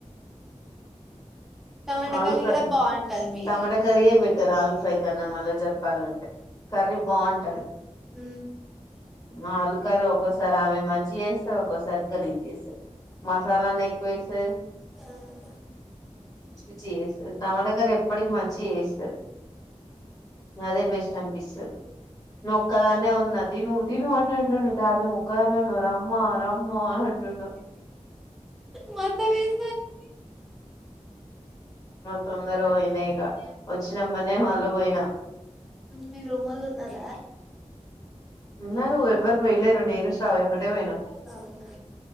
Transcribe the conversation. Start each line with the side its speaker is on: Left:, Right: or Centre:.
Centre: టమాటాకార్రి
Left: ఆలు ఫ్రై
Centre: కూడా బాగుంటది మీది
Left: టమాటా కర్రీయే బెట్టారు ఆలు ఫ్రై కన్నా మళ్ళ చెప్పాలంటే కర్రీ బాగుంటది
Centre: అ
Left: ఆ ఆలు కార్రి ఒక్కోసారి ఆమె మంచిగా చేస్తాది ఒక్కోసారి గలీజ్ చేస్తాది మసాలాన్న ఎక్ వేస్తది
Centre: ఆ
Left: పిచ్చి పిచ్చి చేస్తది తమడగారు ఎప్పటికి మంచి చే అదే బెస్ట్ అనిపిస్తుంది నువ్ ఒక్కదాన్న ఉన్నా తీ ను్వు తీను వంండి దాద ఒక్కదాన్న ఉన్నారు అమ్మ అ మోన్ ఉంటండ
Centre: మత వేజ
Left: తొందర పోయినా ఇక వచ్చినమ్మనే వాళ్ళు పోయినా
Centre: మీరు రూమ్ళు ఉన్నారా
Left: ఉన్నరు ఎవరు పోలేరు నేను్రా ఒకక్కటే పోయినాం
Centre: అవునా